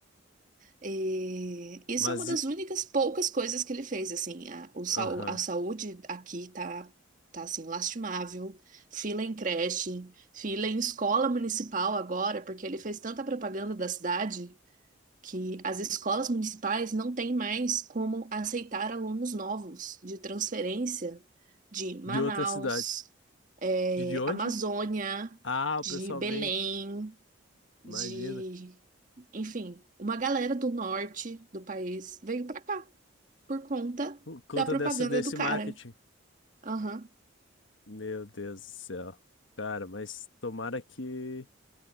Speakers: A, on the right; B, on the left.
A: E isso
B: Mas,
A: é uma das
B: e-
A: únicas poucas coisas que ele fez, assim, a, o, sau-
B: aham,
A: a saúde aqui tá, tá, assim, lastimável, fila em creche, fila em escola municipal agora, porque ele fez tanta propaganda da cidade que as escolas municipais não têm mais como aceitar alunos novos de transferência de Manaus,
B: de outras cidades.
A: eh,
B: De, de onde?
A: Amazônia,
B: Ah, o
A: de
B: pessoal
A: Belém,
B: vem, imagina,
A: de, enfim, uma galera do norte do país veio pra cá por conta
B: por conta
A: da propaganda
B: dessa, desse
A: do cara.
B: marketing.
A: Aham.
B: Meu Deus do céu. Cara, mas tomara que